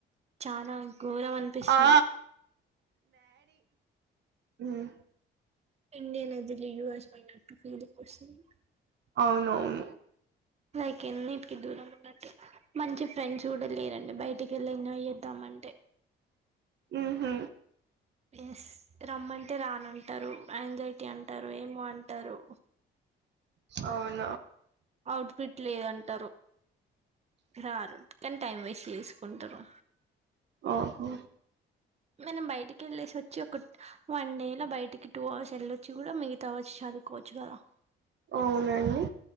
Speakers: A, on the right; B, on the right.
A: చాలా ఘోరం అనిపిస్తది...
B: ఆ ఉమ్..
A: ఇంయనెదిర యుఎస్ బట్టు ఫీది కోసి <unintelligible>
B: అవునవును.....
A: లైక్ ఎన్నిటికి దూరం ఉన్నట్... చ్.. మంచి ఫ్రెండ్స్ కూడ లేరండి బయటికెల్లి ఎంజాయ్ చేద్దామంటే..
B: మ్హు
A: ఎస్.. రమ్మంటే రానంటరు, ఎంజైటీ అంటరు, ఏమో అంటరు.
B: అవును
A: అవుట్ ఫిట్ లేదంట. రారు.. కనీ టైం వేస్ట్ చేసుకుంటరు.....
B: ఓహో
A: మనం బయటికి వెళ్ళేసి వచ్చి ఒక వన్ డే లో బయటికి టూ అవర్స్ వెళ్ళొచ్చి కూడా మిగతా అవర్స్ చదువుకోవచ్చు కదా..
B: అవునండి...